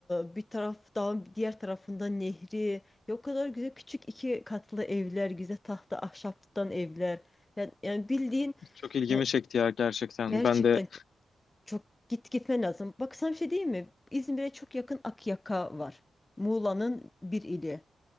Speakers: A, on the left; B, on the left.
A: e, bir taraf dağın diğer tarafında nehri. Ya o kadar güzel küçük iki katlı evler, güzel tahta ahşaptan evler. Yani, yani bildiğin
B: çok ilgimi
A: ya
B: çekti ya gerçekten.
A: gerçekten
B: Ben de
A: çok, çok git gitmen lazım. Bak sana bir şey diyeyim mi? İzmir'e çok yakın Akyaka var. Muğla'nın bir ili.